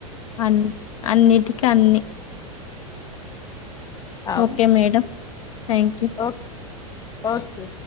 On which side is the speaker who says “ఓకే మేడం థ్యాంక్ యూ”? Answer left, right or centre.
Left